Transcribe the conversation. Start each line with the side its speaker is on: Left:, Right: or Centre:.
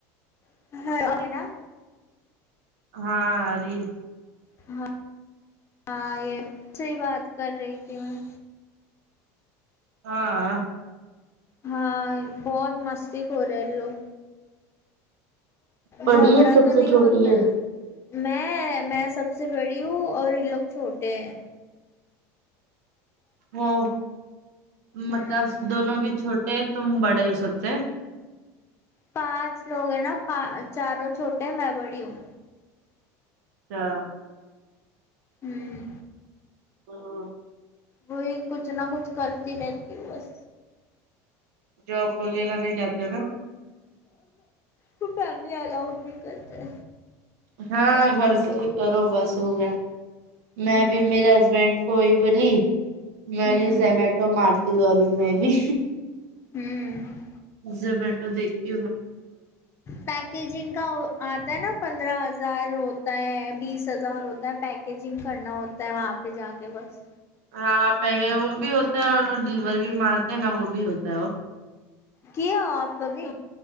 Left: <inaudible>
Right: ہاں آرہی ہے
Left: ہاں ہاں یہ صحیح بات کر رہی تھی میں
Right: ہاں
Left: ہاں بہت مستی خور ہے یہ لوگ
Right: بڑی
Left: جھگڑا
Right: ہے سب
Left: تو
Right: سے
Left: نہیں
Right: چھوٹی
Left: ہوتا ہے میں میں سب سے بڑی ہوں اور یہ لوگ چھوٹے ہیں
Right: وہ
Left: ہوں
Right: مطلب دونوں ابی چھوٹے ہیں تم بڑے ہو سب سے
Left: پانچ لوگ ہیں نا چاروں چھوٹے ہیں میں بڑی ہوں
Right: اچھا
Left: ہوں
Right: <inaudible>
Left: وہی کچھ نہ کچھ کرتی رہتی ہوں بس
Right: جاب وغیرہ نہیں جاتا نا
Left: تو فیملی الاؤڈ نہیں کرتے
Right: ہاں گھر سے ہی کرو بس ہو گیا
Left: ہوں
Right: میں بھی میرے ہسبینڈ کو ہی بولی میں
Left: ہوں
Right: بولی زمیٹو مارتا تو ابھی میں بھی
Left: ہوں
Right: زومیٹو دیک <inaudible>
Left: پیکیجنگ کا آتا ہے نا پندرہ ہزار ہوتا ہے بیس ہزار ہوتا ہے پیک پیکیجنگ کرنا ہوتا ہے وہاں پہ جا کے بس
Right: ہاں پہلے وہ بھی ہوتا ہے اور وہ ڈلیوری بھی مارتے ہیں نا وہ بھی ہوتا ہے وہ
Left: کیا ہو آپ کبھی